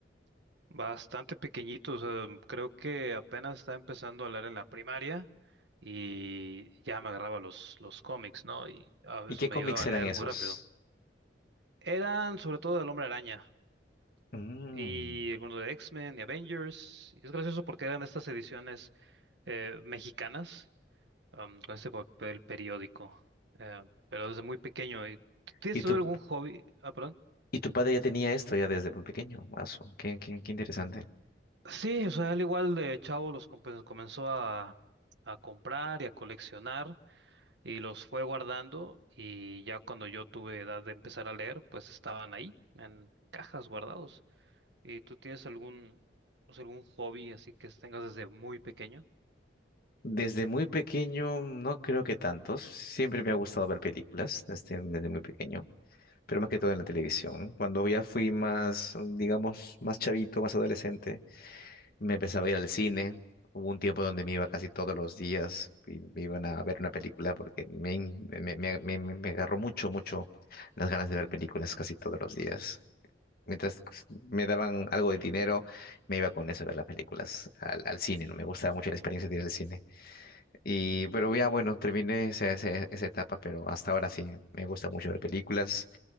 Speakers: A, on the right; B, on the left.
A: Bastante pequeñitos. eh, creo que apenas estaba empezando a leer en la primaria y ya me agarraba los, los cómics, ¿no? Y a veces
B: ¿Y qué
A: me
B: cómics
A: ayudaba a
B: eran
A: leer
B: esos?
A: muy rápido. Eran sobre todo del Hombre Araña
B: Mm.
A: y algunos de X-Men y Avengers. Y es gracioso porque eran estas ediciones eh, mexicanas am, con este papel periódico, eh, pero desde muy pequeño. ¿Y tú ¿Tienes
B: ¿Y
A: tú
B: tu,
A: algún hobby? Ah, perdón.
B: y tu padre ya tenía esto ya desde muy pequeño? Ah, su, qué, qué, qué interesante.
A: Sí, o sea, al igual de chavo los com- pues, comenzó a, a comprar y a coleccionar y los fue guardando y ya cuando yo tuve edad de empezar a leer, pues estaban ahí en cajas guardados. ¿Y tú tienes algún, o sea, algún hobby así que tengas desde muy pequeño?
B: Desde muy pequeño, no creo que tantos. Siempre me ha gustado ver películas desde, desde muy pequeño, pero más que todo en la televisión. Cuando ya fui más, digamos, más chavito, más adolescente. Me empezaba a ir al cine. Hubo un tiempo donde me iba casi todos los días y me iban a ver una película porque me, in- me, me- me- me- me agarró mucho, mucho las ganas de ver películas casi todos los días. Mientras me daban algo de dinero, me iba con eso a ver las películas al, al cine, ¿no? Me gustaba mucho la experiencia de ir al cine. Y, pero ya, bueno, terminé esa, esa, esa etapa, pero hasta ahora sí, me gusta mucho ver películas,